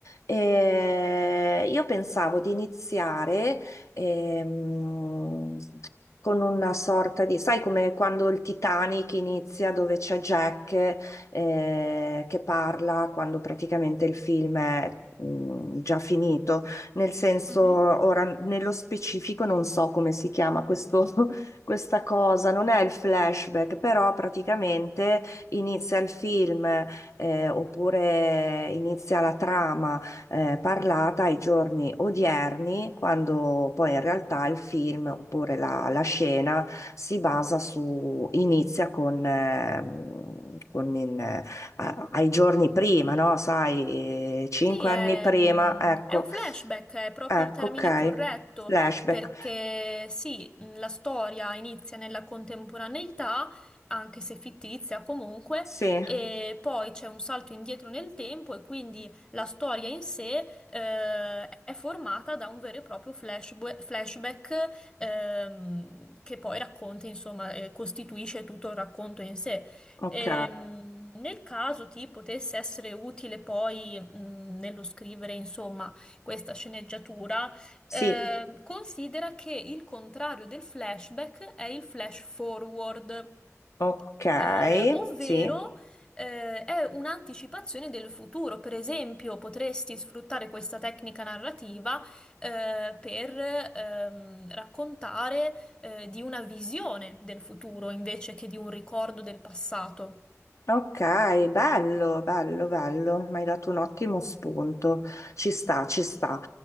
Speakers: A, on the left (about 65°); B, on the left (about 15°).
A: E io pensavo di iniziare ehm, con una sorta di, sai come quando il Titanic inizia dove c'è Jack eh, che parla quando praticamente il film è mm, già finito. Nel senso,
B: Mhm.
A: ora nello specifico non so come si chiama questo <laughs> questa cosa, non è il flashback, però praticamente inizia il film eh, oppure inizia la trama eh, parlata ai giorni odierni, quando poi in realtà il film oppure la, la scena si basa su, inizia con, ehm, con in, eh, a- ai giorni prima, no? Sai, eh, cinque
B: Sì, è,
A: anni prima,
B: mm,
A: ecco,
B: è un flashback, è proprio
A: ecco,
B: il termine
A: ok,
B: corretto,
A: flashback,
B: perché sì, mm, la storia inizia nella contemporaneità, anche se fittizia comunque,
A: sì,
B: e poi c'è un salto indietro nel tempo e quindi la storia in sé, eh, è formata da un vero e proprio flashb- flashback, ehm, che poi racconta, insomma, eh, costituisce tutto il racconto in sé.
A: ok.
B: Ehm, nel caso ti potesse essere utile poi mh, nello scrivere, insomma, questa sceneggiatura,
A: Sì,
B: eh, considera che il contrario del flashback è il flash forward,
A: ok,
B: eh, ovvero
A: sì,
B: eh, è un'anticipazione del futuro. Per esempio, potresti sfruttare questa tecnica narrativa eh, per ehm, raccontare eh, di una visione del futuro invece che di un ricordo del passato.
A: ok, bello, bello, bello, mi hai dato un ottimo spunto, ci sta, ci sta.